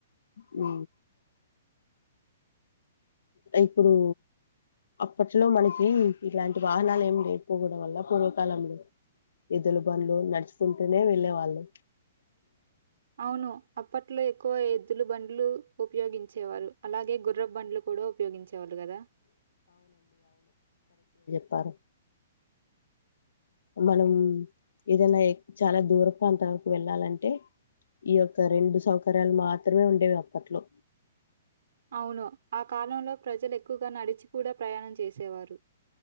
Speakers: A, on the left; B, on the right.
A: హ్ ఇప్పుడు అప్పట్లో మనకి ఇలాంటి వాహనాలు ఏమి లేకపోవడం వల్ల పూర్వకాలంలో ఎద్దులు బండ్లు నడుచుకుంటూనే వెళ్ళే వాళ్ళు
B: అవును. అప్పట్లో ఎక్కువ ఎద్దులు బండ్లు ఉపయోగించేవాళ్ళు అలాగే గుర్రపూ బండ్లు కూడా ఉపయోగించేవాళ్ళు గాదా
A: ప్పరు మనం ఏదైనా చాలా దూర ప్రాంతాలకు వెళ్ళాలంటే ఈ యొక్క రెండు సౌకర్యాలు మాత్రమే ఉండేవి అప్పట్లో
B: అవును. ఆ కాలంలో ప్రజలు ఎక్కువగా నడిచి కూడా ప్రయాణం చేసేవారు